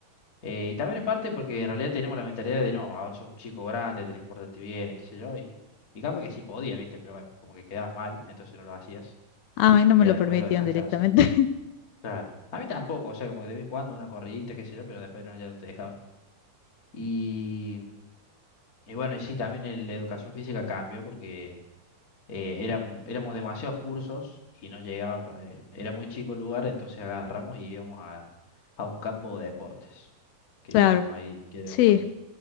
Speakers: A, on the left; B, on the left.
A: Eh, y también en parte porque en realidad tenemos la mentalidad de no, ahora sos un chico grande, tenés que portarte bien y qué sé yo. Y, y capaz que sí podía, ¿viste? Pero bueno, como que quedabas mal, entonces no lo hacías.
B: Ah, a mí no
A: Y
B: me
A: ya
B: lo
A: después
B: permitían
A: lo dejaste
B: directamente.
A: de hacer.
B: <laughs>
A: Claro. A mí tampoco, o sea, como que de vez en cuando una corridita, qué sé yo, pero después no, ya no te dejaban. Y, y bueno, y sí, también el- la educación física cambió porque eh, eran, éramos demasiados cursos y no llegaban para... Era muy chico el lugar, entonces agarramos y íbamos a, a un campo de deportes que
B: Claro,
A: tenemos ahí, que es de
B: sí,
A: mi colegio.